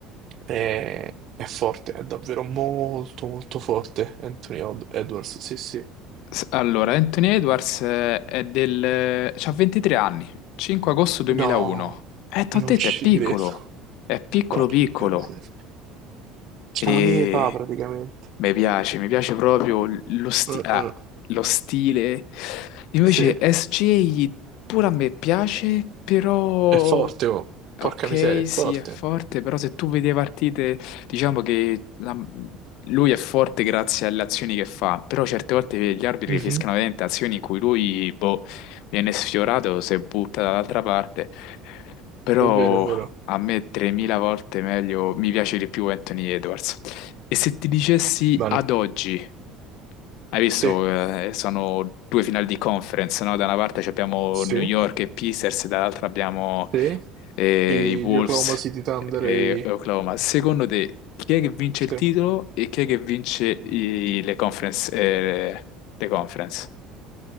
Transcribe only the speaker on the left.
S- Allora, Anthony Edwards eh, è del... c'ha 23 anni, 5 agosto 2001.
Eh, t'ho
detto,
è piccolo,
è piccolo
piccolo.
E
mi piace, mi piace proprio lo, sti-
ah,
lo stile. Invece
SJ pure a me piace, però
Ok,
sì, è forte, però se tu vedi le partite, diciamo che la- lui è forte grazie alle azioni che fa, però certe volte gli arbitri
fischiano veramente azioni in cui lui, boh, viene sfiorato, si butta dall'altra parte, però
a me 3000 volte meglio, mi piace di più Anthony Edwards. E se ti dicessi
ad oggi? Hai visto,
eh, sono due finali di conference, no? Da una parte ci abbiamo
New York e Pacers, dall'altra abbiamo
eh,
i Wolves
e
Oklahoma. Secondo te, chi è che vince
il titolo e chi è che vince i- le conference, eh, le conference?